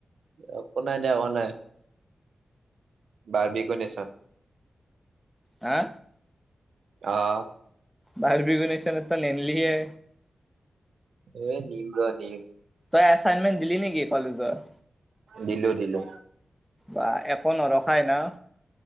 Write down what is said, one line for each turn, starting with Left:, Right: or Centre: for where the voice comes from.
Right: একো নাই দে একো নাই, বাৰ বি কিউ নেচন
Centre: হা!
Right: অঁ
Centre: বাৰ বি কিউ নেচনত ত নেনলি এ
Right: এ নিম ৰহ নিম।
Centre: তই এছাইনমেণ্ট দিলি নেকি কলেজৰ?
Right: দিলো দিলো
Centre: বা একো নৰখাই ন?